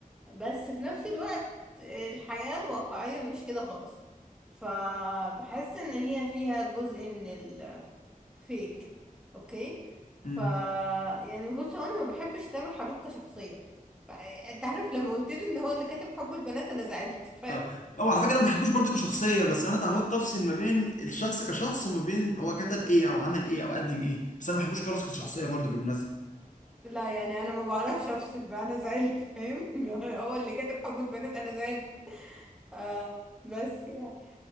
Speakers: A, in the centre; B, on the left.
A: بس في نفس الوقت الحياة الواقعية مش كده خالص فبحس ان هي فيها جزء من فيك اوكي ف
B: امم
A: يعني بص هو انا ما بحبش تامر حبيب كشخصيه ف- انت عارف لما قلت لي ان هو اللي كاتب حب البنات انا زعلت فاهم
B: اه هو على فكرة انا ما بحبوش برضو كشخصية بس انا اتعودت افصل ما بين الشخص كشخص وما بين هو كتب ايه او عمل ايه او قدم ايه بس انا ما بحبوش خالص كشخصية
A: لا
B: برضو بالمناسبة
A: لا يعني انا ما بعرفش افصل بقى انا زعلت فاهم <laughs> هو اللي كاتب حب البنات انا زعلت آه بس يعني